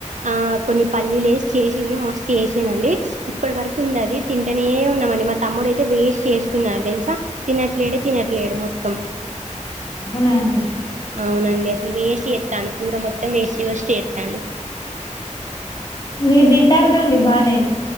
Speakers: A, on the right; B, on the left.
A: ఆ కొన్ని పల్లీలు వేసి చేసింది మస్తు చేసిందిండి ఇప్పటి వరకు ఉంది అది తింటనే ఉన్నామండి మా తమ్ముడు అయితే వేస్ట్ చేస్తున్నారు తెలుసా తినట్లేడ తినట్లేడు మొత్తం
B: అవునా అండి
A: అవునండి అసలు వేసి ఎత్తాను కూర మొత్తం వేసి వసి ఎస్తాడు
B: మీరు తింటారు కండి బానే